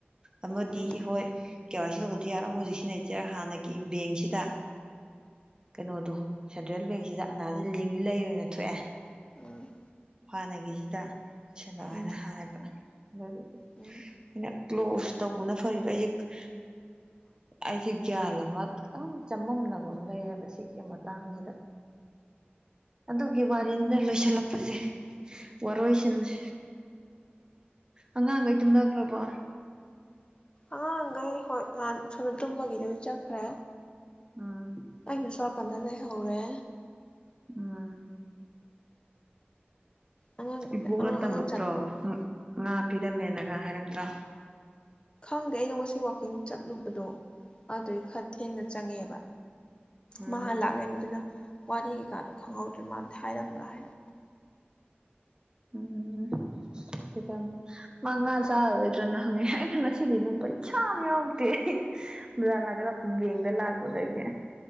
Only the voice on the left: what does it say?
ꯎꯝ
ꯎꯝ
ꯎꯝ
ꯎꯝ
ꯎꯝ
ꯑꯉꯥꯡꯈꯩ ꯍꯣꯏ ꯁꯣꯟꯗ ꯇꯨꯝꯕꯒꯤ ꯂꯣꯏ ꯆꯠꯈ꯭ꯔꯦ
ꯑꯩꯅ ꯁꯣꯝ ꯑꯗ ꯂꯩꯍꯧꯔꯦ
ꯑꯉꯥꯡ
ꯑꯉꯥꯡ
ꯑꯉꯥꯡ ꯆꯥꯛꯇꯣ
ꯈꯪꯗꯦ ꯑꯩꯩꯗꯣ ꯉꯁꯤ ꯋꯥꯛꯀꯤꯡ ꯆꯠꯂꯨ ꯑꯗꯣ ꯑꯗꯨꯏ ꯈꯔ ꯊꯦꯡꯅ ꯆꯪꯉꯦꯕ
ꯃꯥꯥ ꯍꯟꯅ ꯂꯥꯛ ꯂꯩꯔꯝꯃꯦ ꯑꯗꯨꯅ ꯋꯥꯔꯤ ꯀꯩꯀꯥꯗꯣ ꯈꯪꯍꯧꯗ꯭ꯔꯦ ꯃꯥꯗꯤ ꯍꯥꯏꯔꯝꯕ꯭ꯔꯥ ꯍꯥꯏꯔꯝꯕ꯭ꯔꯥ